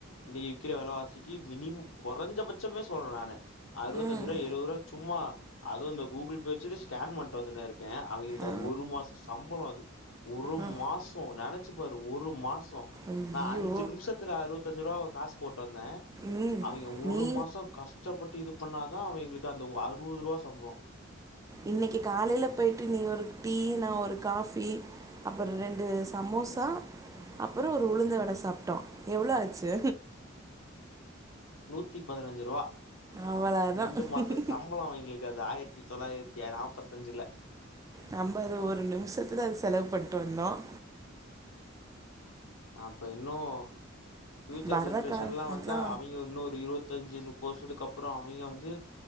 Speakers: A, on the left; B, on the right.
A: இன்னைக்கு விக்கிற விலவாசிக்கு மினிமம் குறைஞ்சபட்சமே சொல்றேன் நானு அறுபத்தஞ்சு
B: ம்
A: ரூபா எழுபது ரூபா சும்மா அதுவும் இந்த கூகுள் பே வச்சு கிட்டு ஸ்கேன் பண்ணிட்டு வந்துட்டாரு இருன் அவங்களுக்கு
B: ஆ
A: அது ஒரு மாசம் சம்பளம் அது ஒரு
B: ஆ
A: மாசம் நினைச் நினைச்சி பாரு ஒரு மாசம்
B: ஐயோ
A: நான் அஞ்சு நிமிஷத்துல அறுபத்தஞ்சு ரூபா காசு போட்டு வந்தேன்
B: ம்
A: அவங்க ஒரு
B: நீ
A: மாசம் கஷ்டப்பட்டு இது பண்ண தான் அவ எங்களுக்கு அந்த அறுபது ரூபா சம்பளம்
B: இன்னைக்கு காலையில போயிட்டு நீ ஒரு டீ நான் ஒரு காபி அப்புறம் ரெண்டு சமோசா அப் அப்புறம் ஒரு உளுந்த வட சாப்ட்டோம் எவ்ளோ ஆச்சு
A: நூத்திபதினஞ்சு ரூபா
B: அவ்வளதா
A: ரெண்டு மாசம் சம்பளம் வாங்கிருக்அது ஆயிரத்தி தொள்ளாயிரத்தி எல நாப்பதன்ஜீல
B: நம்ம அது ஒரு நிமிஷத்துல அது செலவு பண்ட்டு வந்தோம்
A: அப்ப இன்னும் பியூச்சர்
B: வர்ற
A: ஜென்ரேஷன்
B: கால்
A: எல்லாம்
B: அதா
A: வந்தா அவைங்க இன்னும் ஒரு இருபத்தஞ்சு பொசதுக்கு அப்புறம் அவைங்க வந்து